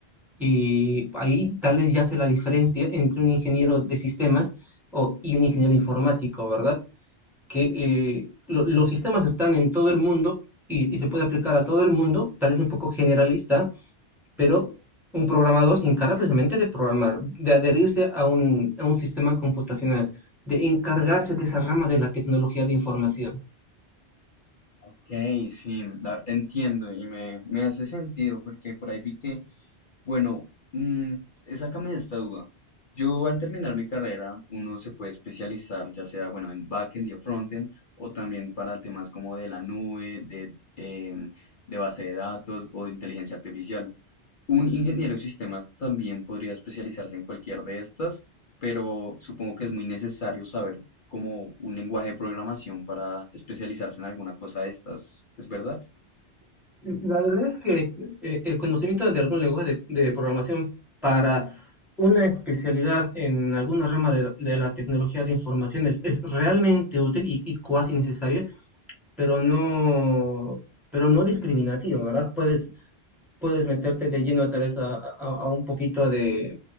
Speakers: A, in the centre; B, on the left.
A: Y ahí tal vez ya se la diferencia entre un ingeniero de sistemas o- y un ingeniero informático, ¿verdad? Que eh,
B: Mm,
A: lo- los sistemas están en todo el mundo y, y se puede aplicar a todo el mundo, tal vez un poco generalista, pero un programador se encarga precisamente de programar, de adherirse a un, a un sistema computacional, de encargarse de esa rama de la tecnología de información.
B: Ok, sí, la- entiendo y me, me hace sentido porque por ahí vi que Bueno, mm, sácame de esta duda. Yo al terminar mi carrera, uno se puede especializar, ya sea, bueno, en backend y frontend, o también para temas como de la nube, de, em, de base de datos o de inteligencia artificial. Un ingeniero de sistemas también podría especializarse en cualquier de estas, pero supongo que es muy necesario saber como un lenguaje de programación para especializarse en alguna cosa de estas. ¿Es verdad?
A: La verdad es que eh, el conocimiento de algún lenguaje de, de programación para una especialidad en alguna rama de, de la tecnología de informaciones es realmente útil y, y cuasi necesaria, pero no, pero no discriminativo, ¿verdad? Puedes, puedes meterte de lleno tal vez a, a- a un poquito de,